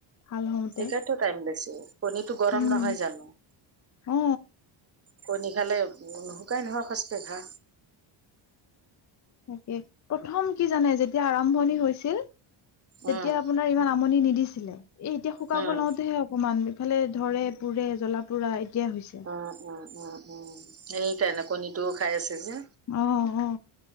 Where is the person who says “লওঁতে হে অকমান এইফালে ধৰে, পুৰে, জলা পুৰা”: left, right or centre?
Left